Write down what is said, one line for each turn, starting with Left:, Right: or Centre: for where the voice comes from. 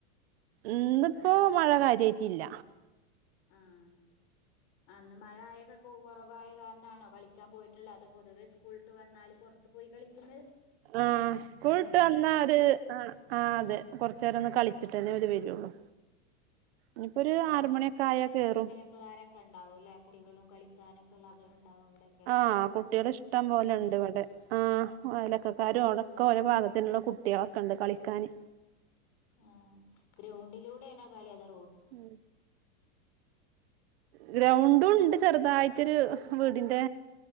Right: ഇന്ന്പ്പൊ മഴ കാര്യായിറ്റില്ല
Left: ആഹ് ഇന്ന് മഴ ആയൊക്കെ കൊറവായ കാർണാണൊ കളി കളിക്കാൻ പോയിറ്റ്ള്ള അത് പൊതുവെ സ്കൂള്ട്ട് വന്നാല് പൊറ്ത്ത് പോയി കളിക്ക്ന്നെ
Right: ആഹ് സ്കൂൾട്ട് വന്നാ ഒര് ആഹ് ആഹാ അതെ കൊറച്ചേരൊന്ന് കള്ച്ചിട്ടന്നെ ഓല് വരൊള്ളു ഇനിപ്പൊര് ആറ് മണിക്കായാ കേറും
Left: ക്കാരൊക്കണ്ടാവുല്ലെ കുട്ടികളും കളിക്കാനൊള്ള ആള്കള്ണ്ടാവും അവടെ
Right: ആഹ് കുട്ടിയള് ഇഷ്ട്ടം പോലണ്ട് ഇവടെ ആഹാ അയലൊക്കക്കാരും അവടൊക്കെ ഓല പാഗത്തിന്ള്ള കുട്ടീളൊക്കണ്ട് കളിക്കാന്
Left: ആഹ് ഗ്രൗണ്ടിലൂടെ ആണോകളി അതൊ
Right: ഉം ഗ്രൗണ്ടുണ്ട് ചെറ്തായിട്ടൊര് വീടിന്റെ